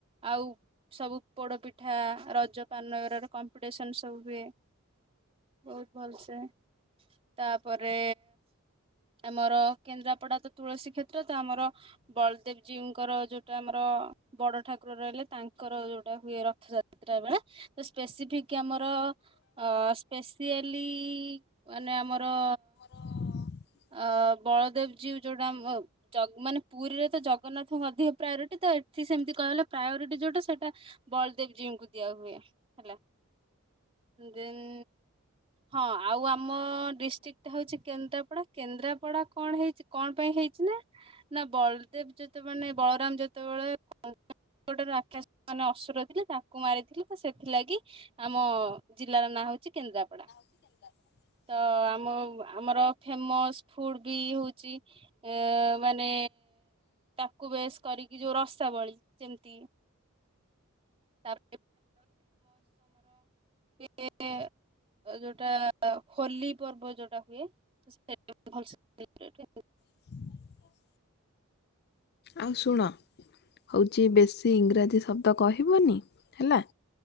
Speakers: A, on the right; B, on the left.
A: ଆଉ ସବୁ ପୋଡ ପିଠା ରଜ ପାନ ର କମ୍ପିଟିସନ୍ ସବୁ ହୁଏ ବହୁତ ଭଲସେ। ତାପରେ ଆମର କେନ୍ଦ୍ରାପଡା ତ ତୁଳସୀ କ୍ଷେତ୍ର ତ ଆମର ବଳଦେବ ଜୀଙ୍କର ଯୋଉଟା ଆମର ବଡ ଠାକୁର ରହିଲେ ତାଙ୍କର ଯୋଉଟା ହୁଏ ରଥଯା <unintelligible> ତ ସ୍ପେସିଫିକ ଆମର- ଅ ସ୍ପେସିଆଲି ମାନେ ଆମର
B: ହଁ।
A: ଅ ବଳଦେବ ଜୀଉ ଯୋଉଟା ମ ଯ ମାନେ ପୁରୀରେ ତ ଜଗନ୍ନାଥଙ୍କୁ ଅଧିକ ପ୍ରାୟୋରିଟି ତ ଏଠି ସେମିତି କହଗଲେ ପ୍ରାୟୋରିଟି ଯୋଉଟା ସେଇଟା ବଳଦେବ ଜୀଉ ଙ୍କୁ ଦିଆହୁୁଏ ହେଲା। ଦେନ୍ ହଁ ଆଉ ଆମ ଡିଷ୍ଟ୍ରିକ- ଟା ହଉଛି କେନ୍ଦ୍ରାପଡା କେନ୍ଦ୍ରାପଡା କଣ ହେଇଛି କଣ ପାଇଁ ହେଇଛି ନା? ନା ବଳଦେବ ଯେତେ ମାନେ ବଳରାମ ଯେତେବେଳେ <inaudible> ଗୋଟେ ରାକ୍ଷସ ମାନେ ଅସୁର ଥିଲେ ତାଙ୍କୁ ମାରିଥିଲେ ତ ସେଥିଲାଗି ଆମ ଜିଲ୍ଲାର ନାଁ ହଉଛି କେନ୍ଦ୍ରାପଡା।
B: <inaudible>
A: ତ ଆମ ଆମର ଫେମସ୍ ଫୁଡ଼୍ କି ଇଏ ହୋଉଚି ଉଁ ମାନେ ତାକୁ ବେସ୍ କରିକି ଯୋଉ ରସାବଳୀ ଯେମିତି ତା <unintelligible> କ ଯୋଉଟା ହୋଲି ପର୍ବ ଯୋଉଟା ହୁଏ। ତ ଭଲ ସେ <unintelligible>
B: <inaudible> ଆଉ ଶୁଣ ହଉଛି ବେଶୀ ଇଂରାଜୀ ଶବ୍ଦ କହିବନି ହେଲା।